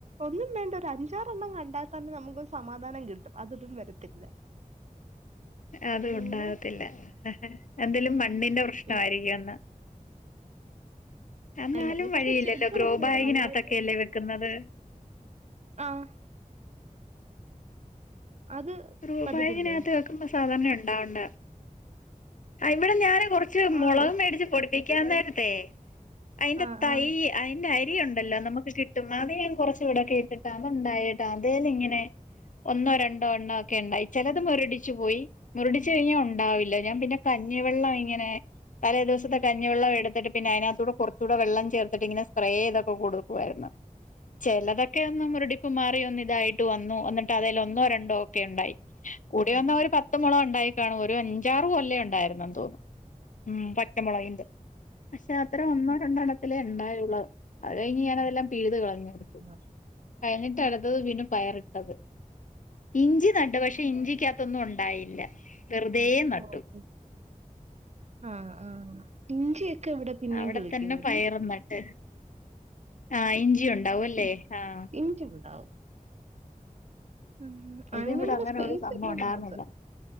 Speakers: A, on the right (about 50°); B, on the left (about 65°).
A: ഒന്നും വേണ്ട ഒരു അഞ്ചാറെണ്ണം കണ്ടാത്തന്നെ നമുക്ക് ഒരു സമാധാനം കിട്ടും അതൊന്നും വരത്തില്ല
B: അത്
A: പിന്നെ
B: ഉണ്ടാകത്തില്ല എന്തേലും മണ്ണിന്റെ പ്രശ്നായിരിക്കും
A: ഉം
B: എന്നാ എന്നാലും
A: ആയിന്നറിയാം പക്ഷെ
B: വഴിയില്ലല്ലോ
A: ചെടികളൊക്കെ
B: ഗ്രോ
A: ഇവിടെ
B: ബാഗിനകത്തൊക്കെയല്ലേ
A: നന്നായിട്ട്
B: വെക്കുന്നത്
A: ആഹ് അത്
B: റൂപായിനകത്ത്
A: പറ്റത്തില്ലേ
B: വെക്കുമ്പോ സാധരണ ഉണ്ടാവണ്ട അഹ് ഇവിടെ ഞാന് കുറച്ച്
A: ആഹ്
B: മുളക്മേടിച്ച് പൊടിപ്പിക്കാ നേരത്തെ അയിൻ്റെ
A: ആഹ്
B: തൈ
A: ആഹ്
B: അതിന്റെ അരിയുണ്ടല്ലോ നമുക്ക് കിട്ടും അത് ഞാൻ കുറച്ച് ഇടൊക്കെ ഇട്ടിട്ടാ അത് ഉണ്ടായിട്ടാ അതേല് ഇങ്ങനെ ഒന്നോ രണ്ടോ എണ്ണം ഒക്കെ ഉണ്ടായി ചിലത് മുരടിച്ചു പോയി മുരടിച്ച് കഴിഞ്ഞാൽ ഉണ്ടാവില്ല ഞാൻ പിന്നെ കഞ്ഞിവെള്ളം ഇങ്ങനെ തലെ ദിവസത്തെ കഞ്ഞിവെള്ളം എടുത്തിട്ട് പിന്നെ അതിനകത്തൂടെ കുറച്ചുകൂടെ വെള്ളം ചേർത്തിട്ട് ഇങ്ങെനെ സ്പ്രേ ചെയ്തൊക്കെ കൊടുക്കുവായിരുന്നു ചിലതൊക്കെ ഒന്ന് മുരടിപ്പ് മാറി ഒന്ന ഇതായിട്ട് വന്നു എന്ന്ട്ട് അതേൽ ഒന്നോ രണ്ടോ ഒ ഉണ്ടായി കൂടി വന്ന ഒരു പത്ത് മുള ഉണ്ടായി കാണും ഒരു അഞ്ചാറ് കൊല്ല ഉണ്ട ഉണ്ടായിരുന്നെന്ന് തോന്നുന്നു പച്ചമുളകിന്റെ പക്ഷേ അത്ര ഒന്നോ രണ്ടെണ്ണത്തിലേ ഉണ്ടായുള്ളൂ അത് കഴിഞ്ഞ് ഞാനതെല്ലാം പിഴുതു കളഞ്ഞു
A: ആഹ്
B: കഴിഞ്ഞിട്ട് അടുത്തത് വീണ്ടും പയറിട്ടത് ഇഞ്ചി നട്ടു പക്ഷെ ഇഞ്ചിക്കത്തൊന്നും ഉണ്ടായില്ല വെറുതെ നട്ടു
A: ഓഹ് ആഹ് ആഹ് ഇഞ്ചിയൊക്കെ ഇവിടെ പിന്നെയും
B: അവിടെ
A: കിളിക്കും
B: തന്നെ
A: കേട്ടോ
B: പയറും നട്ട് ആ ഇഞ്ചി ഉണ്ടാവുംല്ലേ ആഹ
A: എണീറ്റട്ടുണ്ടാവും ഉം അതിനും
B: ഇത് ഇവിടെ
A: വേണ്ടിയുള്ള
B: അങ്ങനെ
A: സപെയിസ്
B: ഒരു സംഭവം
A: ഇല്ല
B: ഉണ്ടായിരുന്നില്ല
A: നമ്മുക്ക്